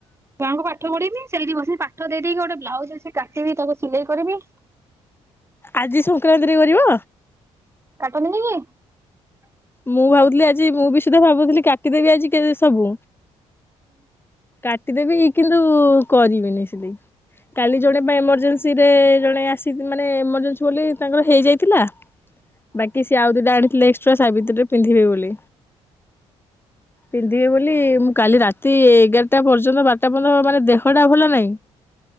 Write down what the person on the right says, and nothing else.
ଛୁଆଙ୍କୁ ପାଠ ପଢିବି ସେଇଠି ବସି ପାଠ ଦେଇଦେଇକି ଗୋଟେ ବ୍ଲାଉଜ ଅଛି କାଟିବି ତାକୁ ସିଲେଇ କରିବି।
କାଟନ୍ତି ନିକ କି